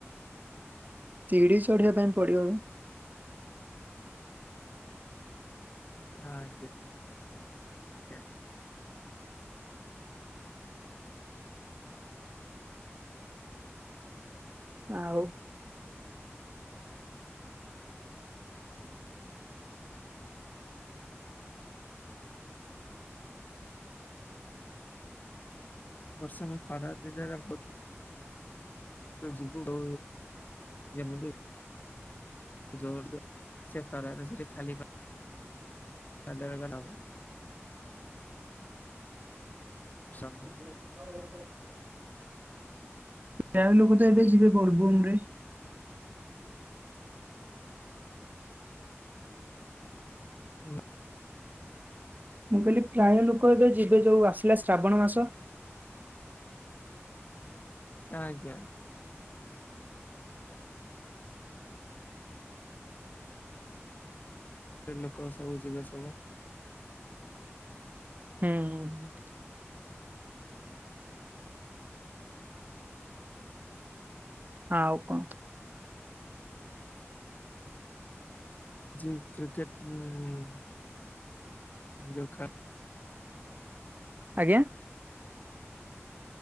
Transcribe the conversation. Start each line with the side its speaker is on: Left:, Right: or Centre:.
Right: ଚିଡି ଚଢିଆ ପାଇଁ ପଡିବ।
Left: ଆଜ୍ଞା ଆଜ୍ଞା
Right: ଆଉ
Left: ବର୍ଷା ନାଇଁ ଖରାରେ ଦିନରେ ପଚୁ ଯିବୁ ଓ ଯେମିତି ଜୋରସେ ସେ ଖରାରେ ସେଠି ଖାଲି ପା ପାଦରେ <unintelligible> ସବୁ
Right: <unintelligible> ପ୍ରାୟ ଲୋକ ତ ଏବେ ଯିବେ ବୋଲବମ୍ ରେ।
Left: ହୁଁ
Right: ମୁଁ କହିଲି ପ୍ରାୟ ଲୋକ ଏବେ ଯିବେ ଯୋଉ ଆସିଲା ଶ୍ରାବଣ ମାସ
Left: ଆଜ୍ଞା ଏବେ ଲୋକ ସବୁ ଯିବେ ସବୁ।
Right: ହୁଁ, ହୁଁ ଆଉ କଂ?
Left: ଯି କ୍ରିକେଟ ଉଁ ଯୋଉ ଖା
Right: ଆଜ୍ଞା